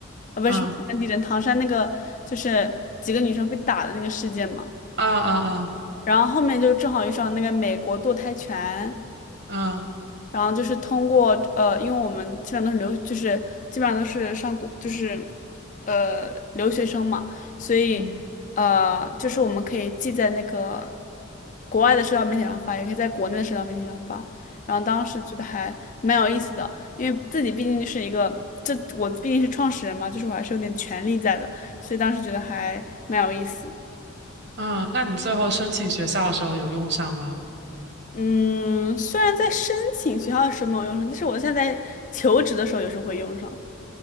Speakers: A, on the left; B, on the right.
A: 啊，不是什么唐山地震，
B: 嗯
A: 唐山那个就是几个女生被打的那个事件嘛。
B: 啊啊啊
A: 然后后面就正好遇上那个美国堕胎权，
B: 啊
A: 然后就是通过呃，因为我们基本上都是留，就是基本上都是上国，就是呃留学生嘛，所以呃，
B: 嗯
A: 就是我们可以既在那个国外的社交媒体上发，也可以在国内的社交媒体上发。然后当时觉得还蛮有意思的，因为自己毕竟是一个，这我毕竟是创始人嘛，就是我还是有点权利在的，所以当时觉得还蛮有意思。
B: 嗯，那你最后申请学校的时候有用上吗？
A: 嗯，虽然在申请学校的时候没有用上，但是我现在在求职的时候有时候会用上。